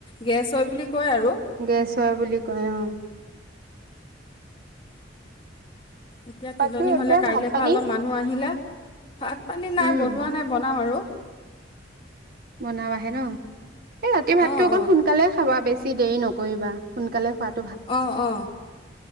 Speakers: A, on the left; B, on the right.
A: গেছ হয় বুলি কয় আৰু
B: গেছ হয় বুলি কয় অ'।
A: এতিয়া
B: বাকী
A: তিলনি
B: এতিয়া
A: হ'লে কাইলৈ
B: ভাত পানী
A: পৰা অলপ মানুহ আহিলে ভাত পানী নাই
B: উম
A: বনোৱা নাই বনাও আৰু।
B: বনাবাহে ন'। এই ৰাতি ভাতটো
A: অ',
B: অকণ
A: অ',
B: সোনকালে খাবা বেছি বেছি দেৰি নকৰিবা সোনকালে খোৱাত
A: অ অ